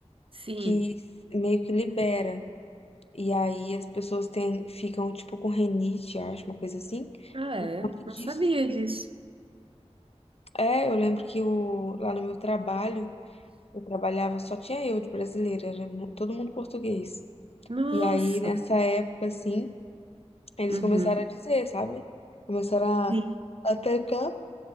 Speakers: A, on the right; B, on the left.
A: Sim.
B: que meio que libera. E aí as pessoas têm, ficam tipo com renite, acho, uma coisa assim,
A: Ah,
B: por
A: é?
B: conta disso,
A: Não sabia
B: viu?
A: disso.
B: É, eu lembro que o, lá no meu trabalho, eu trabalhava, só tinha eu de brasileira, era mu- todo mundo português.
A: Nossa.
B: E aí nessa época, assim, eles
A: Uhum.
B: começaram a dizer, sabe? Começaram a
A: Sim.
B: atacar.